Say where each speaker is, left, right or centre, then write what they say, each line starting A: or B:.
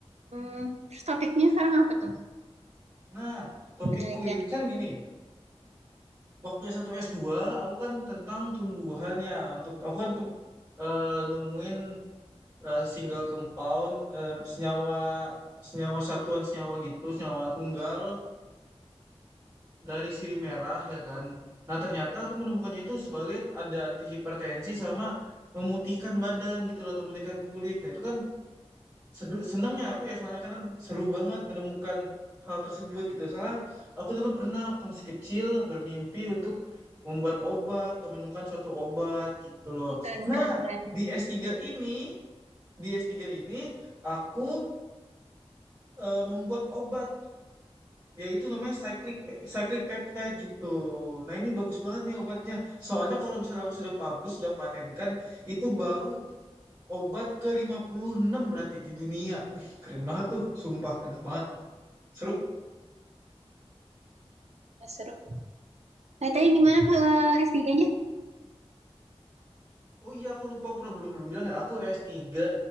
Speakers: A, on the right (about 85°); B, on the right (about 35°).
A: Hmm, terus topiknya sekarang apa tuh?
B: Nah, topikku
A: Penelitian.
B: ini kan gini, waktu S1 s dua, aku kan tentang tumbuhan ya untuk aku kan ke- eh, nemuin eh, single compound eh, senyawa senyawa satuan senyawa gitu senyawa tunggal dari sirih merah ya kan nah ternyata aku menemukannya itu sebagai ada antihipertensi sama memutihkan badan gitu loh atau memutihkan kulit nah itu kan sedu- senengnya aku ya soalnya kan seru banget menemukan hal tersebut gitu. Soalnya aku dulu pernah waktu masih kecil bermimpi untuk membuat obat atau menemukan suatu obat gitu loh.
A: Ih, Keren,
B: Nah,
A: keren, keren.
B: di s tiga ini, di s tiga ini aku eh, membuat obat yaitu namanya cyclic pe- cyclic peptide gitu. Nah, ini bagus banget nih obatnya. Soalnya kalau misalnya aku sudah publish, sudah patenkan, itu baru Obat ke lima puluh enam berarti di dunia. Wih, keren banget tuh. Sumpah, enak banget. Seru.
A: Nah, Seru. Nah, tadi gimana ke S3-nya?
B: Oh iya, aku lupa. Aku pernah belum, belum bilang ya. Aku s tiga